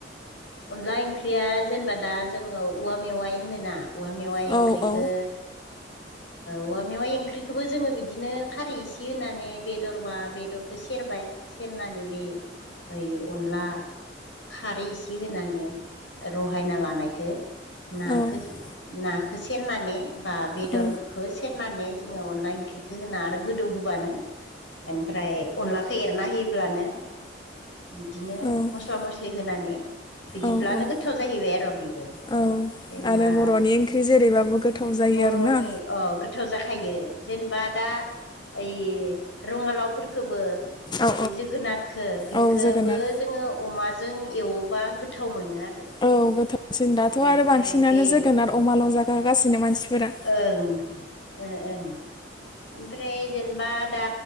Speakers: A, on the left; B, on the left.
A: अनला ओंख्रिया जेनेबा दा जोङो औवा मेवाइ होनोना औवा मेवाइ
B: हो
A: ओंख्रिखो
B: औ औ
A: औवा मेवाइ ओंख्रिखौबो जोङो बिदिनो खारै इसे होनानै बेदरबा बेदरखौ सेरबाय सेरनानानै बे ओइ अनला खारै इसे होनानै रहायना लानायखो नाखो
B: औ
A: नाखो सेरनानै बा बेदर
B: औ
A: खो सेरनानै जोङो अनला ओंख्रिखो होना आरो गोदौ होबानो ओमफ्राय अनलाखौ एरना होयोब्लानो। बिदिनो
B: औ
A: मस्ला मस्लि होनानै बिदिब्लानो
B: औ औ
A: गोथाव जाहैबाय आरो‌ बेबो।
B: औ
A: होमबा
B: आरो बर'नि ओंख्रि जेरैबाबो गोथाव जायो
A: बर'नि
B: आरो ना।
A: अ गोथाव जाखायो जेनेबा दा। ओइ रङालावफोरखौबो
B: औ
A: जोगोनाथखौ बिखोबो
B: औ जोगोनार
A: जोङो अमाजों एवोबा गोथाव मोनो आरो।
B: औ गोथावसिन दाथ'
A: बिनिफ्राय
B: आरो बांसिनानो
A: बे
B: जोगोन आरो अमाल' जागासिनो मानसिफोरा
A: ओं ओं ओं ओमफ्राय जेनेबा दा।